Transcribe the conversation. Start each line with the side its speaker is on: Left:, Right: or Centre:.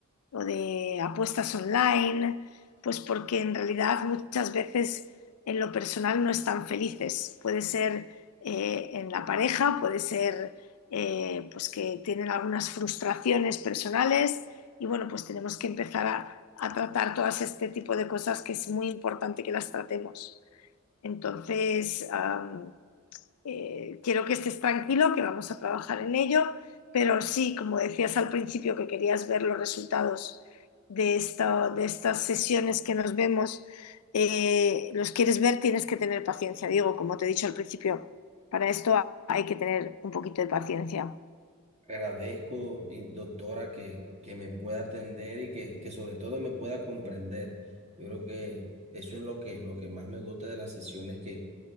Left: o de apuestas online, pues porque en realidad muchas veces en lo personal no están felices. Puede ser eh, en la pareja, puede ser eh, pues que tienen algunas frustraciones personales y bueno, pues tenemos que empezar a, a tratar todas este tipo de cosas que es muy importante que las tratemos. Entonces, um, eh, quiero que estés tranquilo, que vamos a trabajar en ello, pero sí, como decías al principio, que querías ver los resultados de, esta- de estas sesiones que nos vemos, eh, los quieres ver, tienes que tener paciencia, Diego, como te he dicho al principio, para esto ha- hay que tener un poquito de paciencia.
Right: Agradezco, y doctora, que, que me pueda atender y que, que sobre todo me pueda comprender. Yo creo que eso es lo que, lo que más me gusta de las sesiones que,